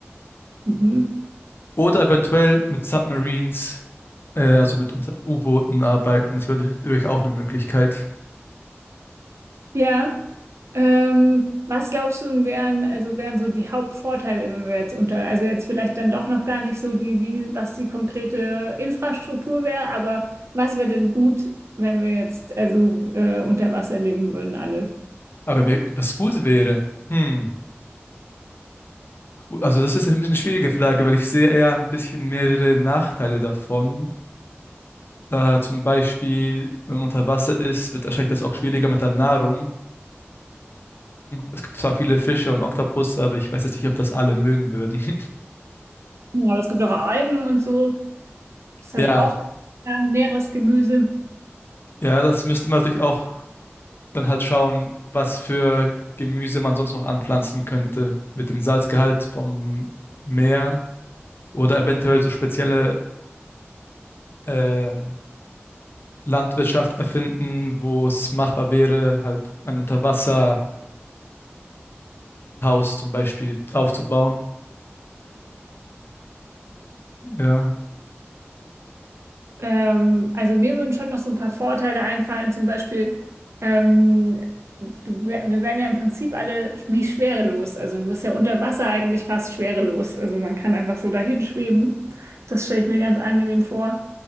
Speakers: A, on the right; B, on the left.
A: Mhm.
B: Oder eventuell mit Submarines, äh, also mit unter- U-Booten arbeiten. Das wäre natürlich auch eine Möglichkeit.
A: Ja, ähm, was glaubst du, wären, also wären so die Hauptvorteile, wenn wir jetzt unter, also jetzt vielleicht dann doch noch gar nicht so die, wie, was die konkrete Infrastruktur wäre, aber was wäre denn gut, wenn wir jetzt also äh, unter Wasser leben würden alle?
B: Aber wenn wir- was gut wäre. Hm. Also das ist ein bisschen eine schwierige Frage, weil ich sehe eher ein bisschen mehrere Nachteile davon. Da zum Beispiel, wenn man unter Wasser ist, wird wahrscheinlich das auch schwieriger mit der Nahrungfindung. Es gibt zwar viele Fische und Oktopusse, aber ich weiß jetzt nicht, ob das alle mögen würden. <laughs>
A: Ja, aber es gibt auch Algen und so, das ist halt
B: Ja,
A: auch ja, Meeresgemüse.
B: ja, das müsste man natürlich auch dann halt schauen, was für Gemüse man sonst noch anpflanzen könnte mit dem Salzgehalt vom Meer oder eventuell so spezielle ähm, Landwirtschaft erfinden, wo es machbar wäre, halt ein Unterwasser-Greenhouse zum Beispiel aufzubauen. Ja,
A: Ähm, also mir würden schon noch so ein paar Vorteile einfallen, zum Beispiel, ähm, du, wär- wir werden ja im Prinzip alle wie schwerelos. Also du bist ja unter Wasser eigentlich fast schwerelos. Also man kann einfach so dahin schweben. Das stelle ich mir ganz angenehm vor.